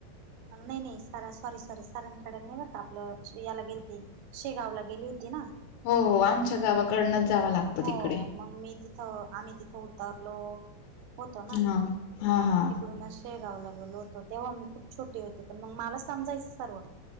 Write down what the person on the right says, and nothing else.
नाही नाही... सर... सॉरी सॉरी... सारन खेडेला नई बर का... आपलं <unintelligible> गेलते. शेगावला गेली होती ना?
हो
मग मी तिथं... आम्ही तिथं उतरलो होतो ना...
मग तिकडून अशी. शेगावला गेलो होतो... तेव्हा मी खूप छोटी होते... पण मग मला समजायचं सर्व.